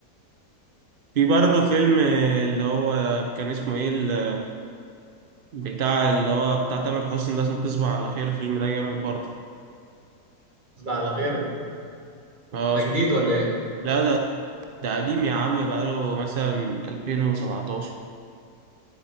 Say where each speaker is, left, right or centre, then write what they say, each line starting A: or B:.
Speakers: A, on the right (about 55°); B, on the right (about 30°).
A: في برضه فيلم اللي هو كان اسمه ايه ال- بتاع اللي هو بتاع تامر حسني ده اسمه تصبح على خير الفيلم ده جامد برضه
B: تصبح على خير
A: اه
B: ده
A: اسمه
B: جديد ولا ايه؟
A: لا ده ده قديم يا عم بقاله مثلا 2017